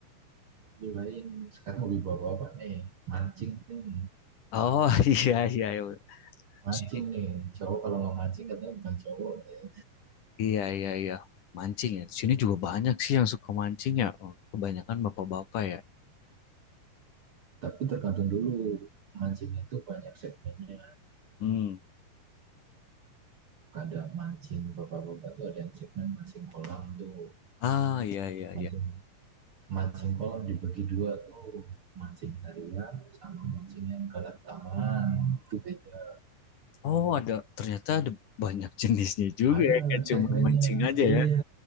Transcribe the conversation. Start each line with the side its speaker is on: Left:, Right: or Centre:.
Right: hobi lain sekarang hobi bapak bapak nih mancing nih
Left: Oh, <laughs> iya iya.
Right: mancing
Left: iya.
Right: nih cowok kalau nggak mancing katanya bukan cowok deh.
Left: Iya, iya, iya. Mancing ya. Di sini juga banyak sih yang suka mancing ya. Oh, Kebanyakan bapak-bapak ya.
Right: tapi tergantung dulu mancing itu banyak segmennya
Left: Hmm.
Right: ada mancing bapak bapak tuh ada yang segmen mancing kolam tuh
Left: Ah, iya, iya,
Right: mancing
Left: iya.
Right: mancing kolam dibagi dua tuh mancing harian sama mancing yang ke taman itu beda
Left: Oh, ada ternyata ada banyak jenisnya juga
Right: ada
Left: ya. Nggak cuma
Right: segmennya
Left: mancing aja
Right: iya
Left: ya.